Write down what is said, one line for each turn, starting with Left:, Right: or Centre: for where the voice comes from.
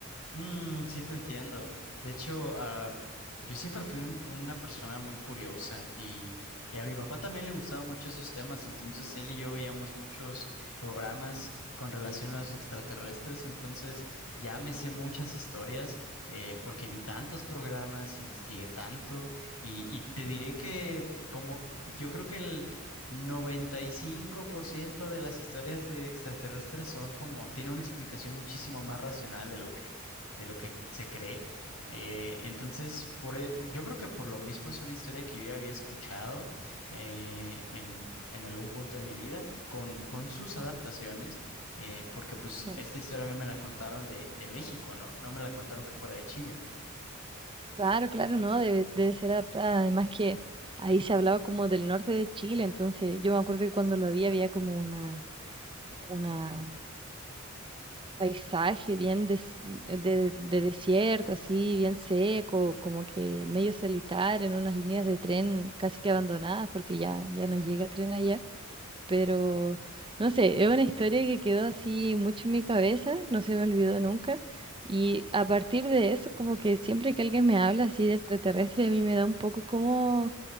Left: Mm, sí, te entiendo. De hecho, ah, yo siempre fui un- una persona muy curiosa y, y a mi papá también le gustaban mucho esos temas, entonces él y yo veíamos muchos programas con relación a los extraterrestres, entonces ya me sé muchas historias eh, porque vi tantos programas, investigué tanto y, y te diré que como yo creo que el... 95% de las historias de extraterrestres son como, tiene una explicación muchísimo más racional de lo que de lo que se cree. Eh, entonces, por, e- yo creo que por lo mismo es una historia que yo ya había escuchado eh, en, en algún punto de mi vida con, con sus adaptaciones, eh, porque pues
Right: Mm.
Left: esta historia a mí me la contaron de, de México, ¿no? No me la contaron que fuera de Chile.
Right: Claro, claro, no, debe, debe ser adaptada. Además que ahí se hablaba como del norte de Chile, entonces yo me acuerdo que cuando lo vi había como una, una paisaje bien des- de, de desierto, así bien seco, como que medio solitario, en unas líneas de tren casi que abandonadas porque ya, ya no llega tren allá, pero no sé, es una historia que quedó así mucho en mi cabeza, no se me olvidó nunca. Y a partir de eso, como que siempre que alguien me habla así de extraterrestre, a mí me da un poco como,